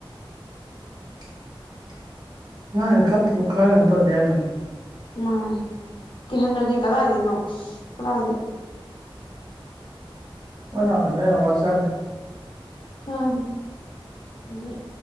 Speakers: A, on the right; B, on the left.
A: <inaudible> ꯉꯥꯅꯤ ꯈꯔ ꯈ꯭ꯔꯒ ꯇꯧꯗ ꯌꯥꯗꯝꯅꯤ
B: ꯃꯥꯅꯦ ꯀꯏꯍꯟꯗ꯭ꯔꯗꯤ ꯀꯗꯥꯏꯗꯩꯩꯅꯣ ꯑꯁ ꯀꯗꯥꯏꯒꯤ
A: ꯃꯣꯏ ꯂꯥꯎꯅꯕꯅ ꯍꯦꯟꯅ ꯋꯥꯖꯒꯦ
B: ꯄꯥꯗꯦ ꯑꯗꯩꯩ